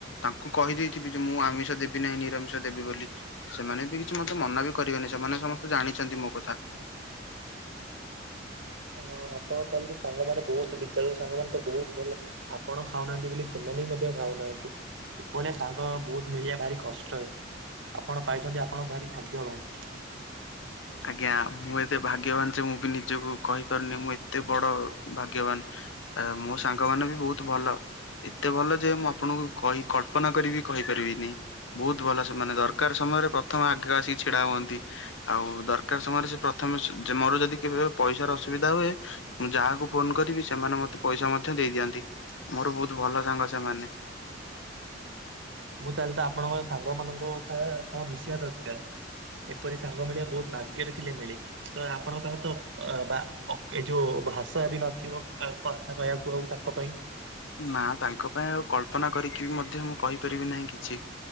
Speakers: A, on the left; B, on the right.
A: ତାଙ୍କୁ କହିଦେଇଥିବି ଯେ ମୁଁ ଆମିଷ ଦେବି ନାହିଁ ନିରାମିଷ ଦେବି ବୋଲି। ସେମାନେ ବି କିଛି ମତେ ମନା ବି କରିବେନି ସେମାନେ ସମସ୍ତେ ଜାଣିଚନ୍ତି ମୋ କଥା।
B: ହଁ ଆପଣ ତାହେଲେ ସାଙ୍ଗମାନେ ବୋହୁତ ବିଦ୍ୟାଳୟର ସାଙ୍ଗମାନେ ତ ବୋହୁତ ଭଲ। ଆପଣ ଖାଉନାହାନ୍ତି ବୋଲି ସେମାନେ ବି ମଧ୍ୟ ଖାଉନାହାନ୍ତି‌। ଏଭଳିଆ ସାଙ୍ଗ ବହୁତ ମିଳିବା ଭାରି କଷ୍ଟ, ଆପଣ ପାଇଛନ୍ତି ଆପଣଙ୍କ ଭାରି ଭାଗ୍ୟବାନ।
A: ଆଜ୍ଞା ମୁଁ ଏତେ ଭାଗ୍ୟବାନ ଯେ ମୁଁ ବି ନିଜକୁ କହିପାରୁନି ମୁଁ ଏତେ ବଡ ଭାଗ୍ୟବାନ‌। ଏ ମୋ ସାଙ୍ଗ ମାନେ ବି ବହୁତ ଭଲ। ଏତେ ଭଲ ଯେ ମୁଁ ଆପଣଙ୍କୁ କହି କଳ୍ପନା କରି ବି କହିପାରିବିନି‌। ବହୁତ ଭଲ ସେମାନେ ଦରକାର ସମୟରେ ପ୍ରଥମେ ଆଗରେ ଆସିକି ଛିଡା ହୁଅନ୍ତି। ଆଉ ଦରକାର ସମୟରେ ସେ ପ୍ରଥମେ ସୁ- ଯେ ମୋର ଯଦି କେବେ ପଇସାର ଅସୁବିଧା ହୁଏ ମୁଁ ଯାହାକୁ ଫୋନ୍ କରିବି ସେମାନେ ମୋତେ ପଇସା ମଧ୍ୟ ଦେଇ ଦିଅନ୍ତି। ମୋର ବହୁତ ଭଲ ସାଙ୍ଗ ସେମାନେ।
B: ମୁଁ ତାହେଲେ ତ ଆପଣଙ୍କ ସାଙ୍ଗ ମାନଙ୍କ ସଏ ସହ ମିଶିବା ଦରକାର। ଏପରି ସାଙ୍ଗ ମିଳିଆ ବହୁତ ଭାଗ୍ୟରେ ଥିଲେ ମିଳେ‌। ତ ଆପଣଙ୍କ ପାଖେ ତ ଅ, ବା- ଏ ଯୋଉ ଭାଷା ବି ନଥିବ‌? ଆ କଥା କହିବାକୁ ଆଉ ତାଙ୍କ ପାଇଁ।
A: ନା ତାଙ୍କ ପାଇଁ ଆଉ କଳ୍ପନା କରିକି ମଧ୍ୟ ମୁଁ କହିପାରିବି ନାହିଁ କିଛି।